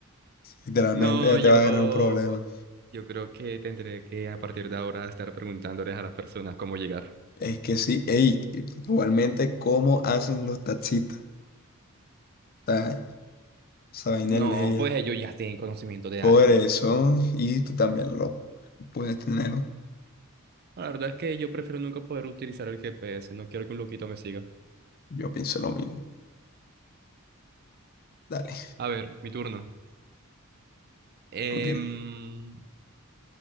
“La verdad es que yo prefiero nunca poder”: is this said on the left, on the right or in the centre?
Right